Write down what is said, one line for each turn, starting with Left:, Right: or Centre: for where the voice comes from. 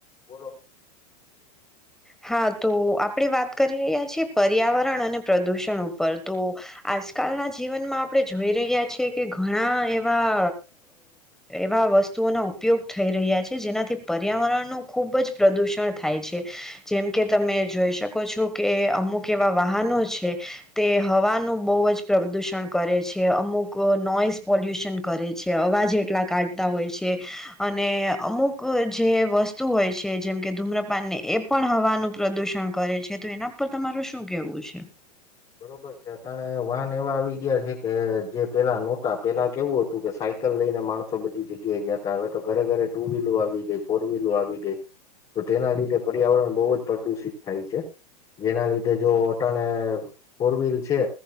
Left: બર
Centre: હા તો આપણે વાત કરી રહ્યા છીએ પર્યાવરણ અને પ્રદૂષણ ઉપર, તો આજકાલના જીવનમાં આપણે જોઈ રહ્યા છીએ કે ઘણા એવા એવા વસ્તુઓના ઉપયોગ થઈ રહ્યા છે જેનાથી પર્યાવરણનું ખુબ જ પ્રદુષણ થાય છે. જેમકે તમે જોઈ શકો છો કે અમુક એવા વાહનો છે, તે હવાનું બહુ જ પ્રદૂષણ કરે છે અમુક નોઇઝ પોલ્યુશન કરે છે અવાજ એટલા કાઢતા હોય છે, અને અમુક જે વસ્તુ હોય છે જેમકે ધૂમ્રપાનને એ પણ હવાનું પ્રદુષણ કરે છે તો એના પર તમારું શું કેવું છે?
Left: બરોબર છે અટણે વાહન એવા આવી ગયા છે કે, જે પેલા નહોતા પેલા કેવું હતું કે સાયકલ લઈને માણસો બધી જગ્યાએ જતા આવે તો ઘરે ઘરે ટુ વ્હીલો આવી ગઈ ફોર વ્હીલો આવી ગઈ તો તેના લીધે પર્યાવરણ બહુ જ પ્રદુષિત થાય છે, જેના લીધે જો અટણે ફોર વ્હીલ છે,